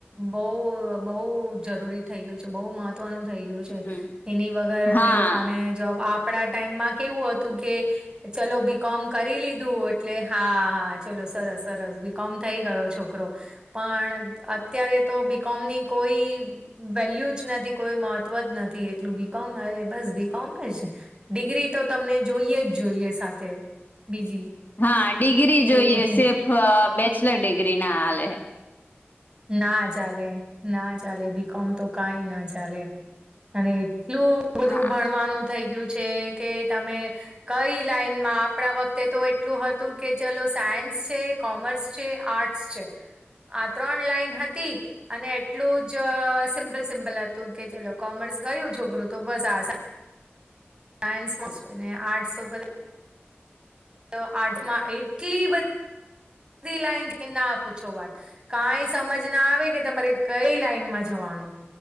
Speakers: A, on the right; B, on the left.
A: બઉ બહુ જરૂરી થઈ ગયું છે બહુ મહત્વ વ નું થઈ ગયું છે
B: હમ
A: એની વગર
B: હા
A: એ લોકોને જોબ આપ. આપડા ટાઈમમાં કેવું હતું કે ચલો બી કોમ કરી લીધું એટલે. હા હા ચલો સરસ સરસ બી કોમ થઈ ગયો છોકરો. પણ અત્યારે તો બીકોમ ની કોઈ. વેલ્યુ જ નથી કોઈ મહત્વ જ નથી એટલું બીકોમ હવે બસ બી. કોમર્સ ડિગ્રી તો તમને જોઈએ જ જોઈએ સાથે બીજી.
B: હા ડિગ્રી
A: એવું
B: જોઈએ
A: છે.
B: સિર્ફ બેચલર ડિગ્રી ના હાલે.
A: ના ચાલે ના ચાલે બીકોમ તો કઈ ના ચાલે. અને એટલું બધું
B: હા
A: ભણવાનું થઈ ગયું છે કે તમે કઈ લાઈન. માં આપણા વખતે તો એટલું. તું કે ચલો સાયન્સ છે કોમર્સ છે આર્ટસ છે આ. ત્રણ લાઈન હતી. અને એટલું જ સિમ્પલ સિમ્પલ હતું ચલો ગયું છોકરું તો બસ આશા. સાયન્સમા છું ને આર્ટસ તો પેલું. તો આર્ટસમાં એટલી બી કે પૂછો વાત. કઈ સમજ ના આવે કે તમારે કઈ લાઈનમાં જવાનું.